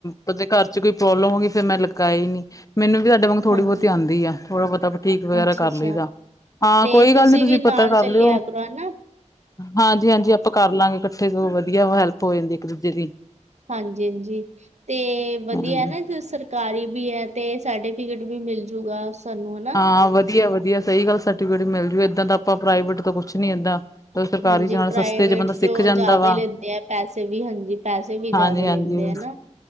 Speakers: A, on the left (about 30°); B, on the right (about 65°).
A: ਫਿਰ ਜੇ ਘਰ ਚ ਕੋਈ ਪ੍ਰੋਬਲਮ ਹੋ ਗਈ ਫਿਰ ਮੈਂ ਲਗਾਏ ਨੀ। ਮੈਨੂੰ ਵੀ ਤੁਹਾਡੇ ਵਾਂਗ ਥੋੜ੍ਹੀ
B: ਹਾਂਜੀ
A: ਬਹੁਤੀ ਆਂਦੀ ਆ ਥੋੜਾ ਬਹੁਤਾ ਠੀਕ ਵਗੈਰਾ
B: ਅੱਛਾ
A: ਕਰ
B: ਅੱਛਾ
A: ਲਈ ਦਾ ਹਾਂ
B: ਤੇ
A: ਕੋਈ ਗੱਲ ਨੀ ਤੁਸੀਂ
B: ਵੀ ਨਾਲ
A: ਪਤਾ ਕਰ
B: ਚੱਲਿਆ
A: ਲਿਓ
B: ਕਰੋ ਹਨਾ
A: ਹਾਂਜੀ ਹਾਂਜੀ। ਆਪਾਂ ਕਰ ਲਾਂਗੇ ਇਕੱਠੇ ਸਗੋਂ ਵਧੀਆ ਹੈਲਪ ਹੋ ਜਾਂਦੀ ਆ ਇੱਕ ਦੂਜੇ ਦੀ।
B: ਹਾਂਜੀ -ਹਾਂਜੀ ਤੇ ਵਧੀਆ
A: ਹੂੰ
B: ਨਾ ਸਰ ਕਾਹਲੀ ਵੀ ਹੈ ਤੇ, ਸਰਟੀਫਿਕੇਟ ਵੀ ਮਿਲ ਜੂਗਾ ਸਾਨੂੰ ਹੁਣ
A: ਹਾਂ, ਵਧੀਆ -ਵਧੀਆ ਸਹੀ ਗੱਲ ਸਰਟੀਫਿਕੇਟ ਮਿਲ ਜਾਉਗਾ ਏਦਾਂ ਤਾਂ ਆਪਾਂ ਪ੍ਰਾਈਵੇਟ ਤਾਂ ਕੁੱਛ ਨੀ ਏਦਾਂ ਸਰਕਾਰੀ
B: ਹਾਂਜੀ,
A: ਚ ਨਾਲ
B: ਪ੍ਰਾਈਵੇਟ
A: ਸਸਤੇ ਬੰਦਾ
B: ਚ
A: ਸਿੱਖ ਜਾਂਦਾ
B: ਜਿਆਦਾ
A: ਵਾ
B: ਲੈਂਦੇ ਆ, ਪੈਸੇ ਵੀ ਹਾਂਜੀ, ਪੈਸੇ ਵੀ ਜ਼ਿਆਦਾ
A: ਹਾਂਜੀ-ਹਾਂਜੀ।
B: ਲੈਂਦੇ ਆ